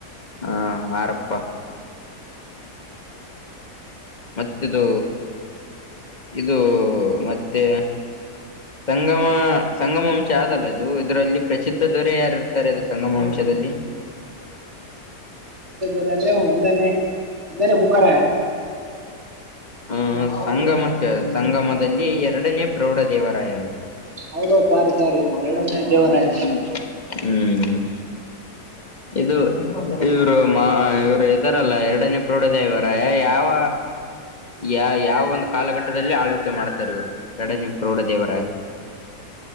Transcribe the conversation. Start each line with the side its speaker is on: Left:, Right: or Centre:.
Left: ಹಾ ಮಾರಪ್ಪ. ಮತ್ತದು ಇದು ಮತ್ತೆ ಸಂಗಮ ಸಂಗಮ ವಂಶ ಆದಲ್ಲ ಇದು ಇದರಲ್ಲಿ ಪ್ರಸಿದ್ಧ ದೊರೆ ಯಾರ ಇರ್ತಾರೆ ಇದು ಸಂಗಮ ವಂಶದಲ್ಲಿ.
Right: ್ರ ಅಂದ್ರೆ ಒಂದನೇ ಒಂದನೇ ಬುಕ್ಕಾರಾಯ.
Left: ಹಹ ಸಂಗಮಕ್ಕೆ ಸಂಗಮದಲ್ಲಿ ಎರಡನೇ ಪ್ರೌಢ ದೇವರಾಯ ಅಂತೆ.
Right: ಹೌದೌದು ಸಾರಿ ಸಾರಿ
Left: ಬ್ ಒ
Right: ಎರಡನೇ ದೇವರಾಯ
Left: ಮ ಹ. ಇದು ಇವರು ಮಾ ಇವ್ರು ಇದಾರಲ್ಲ ಎರಡನೇ ಪ್ರೌಢದ ಇವರ ಯಾವ. ಯಾ ಯಾವ ಒಂದು ಕಾಲಘಟ್ಟದಲ್ಲಿ ಆಳ್ವಿಕೆ ಮಾಡ್ತಾರೆ ಇವ್ರು ಎರಡನೇ ಪ್ರೌಢ ದೇವರ.